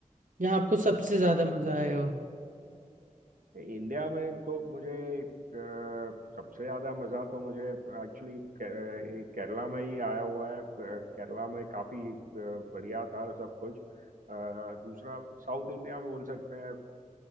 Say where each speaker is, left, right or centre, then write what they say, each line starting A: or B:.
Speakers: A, on the right; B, on the right.
A: जहाँ आपको सबसे ज्यादा मजा आया हो
B: इंडिया में तो मुझे अ, सबसे ज्यादा मजा तो मुझे एक्चुअली के, केरला में ही आया हुआ है अ, केरला में काफी अ, बढ़िया था सब कुछ अ, दूसरा साउथ इंडिया में बोल सकते हैं